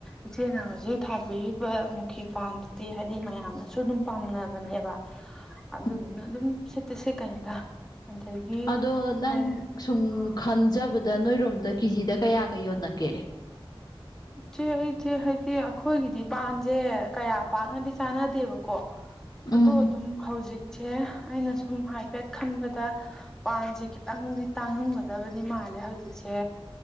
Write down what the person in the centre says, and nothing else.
ꯏꯆꯦꯅ ꯍꯧꯖꯤꯛ ꯊꯥꯕꯤꯔꯤꯕ ꯃꯨꯀꯤ ꯄꯥꯟꯗꯨꯗꯤ ꯍꯥꯏꯗꯤ ꯃꯌꯥꯝꯅꯁꯨ ꯑꯗꯨꯝ ꯄꯥꯝꯅꯕꯅꯦꯕ
ꯑꯗꯨꯗꯨꯅ ꯑꯗꯨꯝ ꯁꯤꯠꯇꯤ ꯁꯤꯠꯀꯅꯤꯗ ꯑꯗꯒꯤ
ꯑꯦ
ꯑꯥ
ꯆꯦ ꯑꯩꯆꯦ ꯍꯥꯏꯗꯤ ꯑꯩꯈꯣꯏꯒꯤꯗꯤ ꯄꯥꯟꯁꯦ ꯀꯌꯥ ꯄꯥꯛꯅꯗꯤ ꯆꯥꯟꯅꯗꯦꯕꯀꯣ
ꯑꯗꯣ ꯑꯗꯨꯝ ꯍꯧꯖꯤꯛꯁꯦ ꯑꯩꯅ ꯁꯨꯝ ꯍꯥꯏꯐꯦꯠ ꯈꯟꯕꯗ ꯄꯥꯟꯁꯦ ꯈꯤꯇꯪꯗꯤ ꯇꯥꯡꯉꯝꯒꯗꯕꯅꯤ ꯃꯥꯜꯂꯦ ꯍꯧꯖꯤꯛꯁꯦ